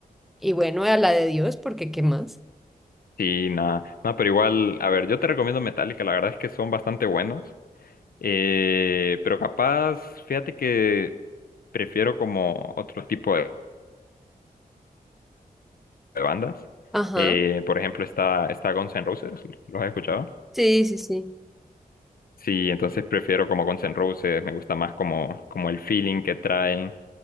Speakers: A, in the centre; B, on the left.
A: Y bueno, a la de Dios, porque ¿qué más?
B: Sí, nada, no, pero igual, a ver, yo te recomiendo Metallica, la verdad es que son bastante buenos, eh, pero capaz, fíjate que prefiero como otro tipo de, de bandas.
A: Ajá.
B: Eh, por ejemplo, está, está Guns N' Roses, ¿los has escuchado?
A: Sí, sí, sí.
B: Sí, entonces prefiero como Guns N' Roses, me gusta más como, como el feeling que traen.